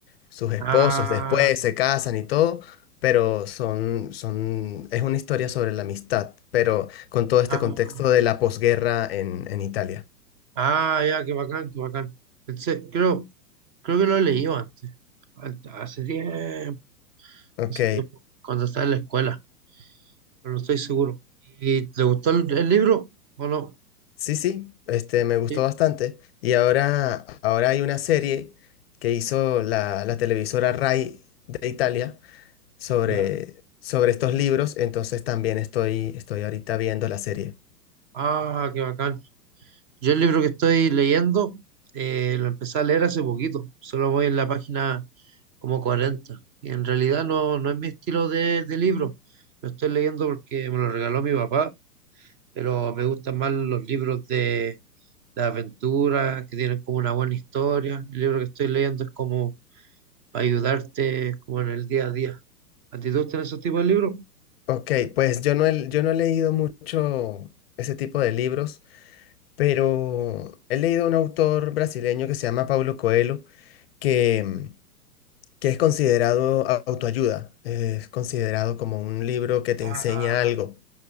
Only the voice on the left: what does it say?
sus esposos,
después se casan y todo, pero son, son, es una historia sobre la amistad, pero con todo este
contexto de la posguerra en, en Italia.
Ok,
sí, sí, este, me gustó
bastante. Y ahora, ahora hay una serie que hizo la, la televisora Rai de Italia sobre,
sobre estos libros, entonces también estoy, estoy ahorita viendo la serie.
Ok, pues yo no he, yo no he leído mucho ese tipo de libros, pero he leído un autor brasileño que se llama Paulo Coelho, que, mm, que es considerado au- autoayuda, es considerado como un libro que te
enseña algo.